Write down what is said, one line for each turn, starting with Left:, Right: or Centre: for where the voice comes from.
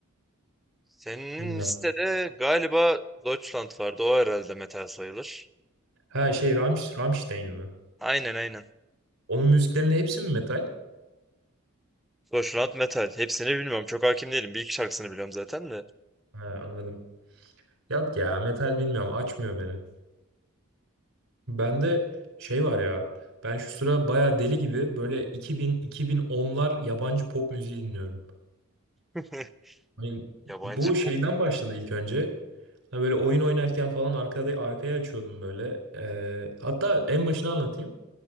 Centre: Senin
Right: Bilmiyorum.
Centre: listede galiba Deutschland vardı. O herhalde metal sayılır.
Right: Ha şey Ramş, Rammstein mi?
Centre: Aynen aynen.
Right: Onun müziklerinin hepsi mi metal?
Centre: Deutschland metal. Hepsini bilmiyorum. Çok hakim değilim. Bir iki şarkısını biliyorum zaten de.
Right: Ha, anladım. Yok ya metal bilmiyorum açmıyor beni. Bende şey var ya ben şu sıra baya deli gibi böyle 2000-2010'lar yabancı pop müziği dinliyorum.
Centre: <laughs>
Right: Hani
Centre: Yabancı
Right: bu şeyden
Centre: pop
Right: başladı ilk önce. Hani böyle oyun oynarken falan arkada, arkaya açıyordum böyle. Ee, hatta en başını anlatayım.